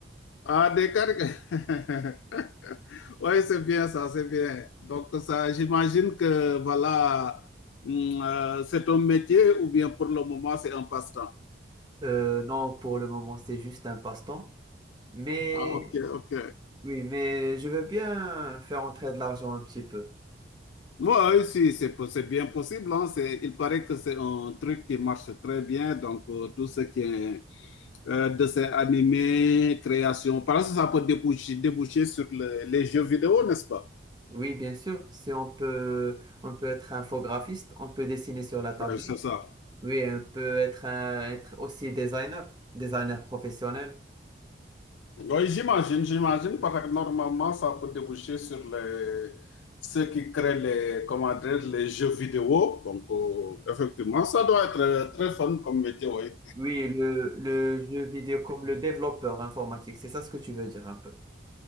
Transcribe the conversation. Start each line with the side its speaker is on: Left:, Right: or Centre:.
Left: ah, des caricatures. <laughs> oui, c'est bien ça, c'est bien. Donc, ça, j'imagine que, voilà, mm, euh, c'est un métier ou bien pour le moment, c'est un passe-temps.
Right: Euh, non, pour le moment, c'est juste un passe-temps. Mais
Left: Ah, ok, ok.
Right: oui, mais je veux bien faire entrer de l'argent un petit peu.
Left: Ouais, Oui, si, c'est c'est bien possible. hein. C'est- Il paraît que c'est un truc qui marche très bien. Donc, euh, tout ce qui est euh, de ces animés, créations. Par exemple, ça peut déboucher, déboucher sur le- les jeux vidéo, n'est-ce pas
Right: Oui, bien sûr. Si on peut, on peut être infographiste, on peut dessiner sur la table.
Left: Oui, c'est ça.
Right: Oui, on peut être, un- être aussi designer, designer professionnel.
Left: Oui, j'imagine, j'imagine, parce que normalement, ça peut déboucher sur les, ceux qui créent les, comment dire, les jeux vidéo. Donc, euh, effectivement, ça doit être euh, très fun comme métier, oui.
Right: Oui, le, le jeu vidéo comme le développeur informatique, c'est ça ce que tu veux dire un peu.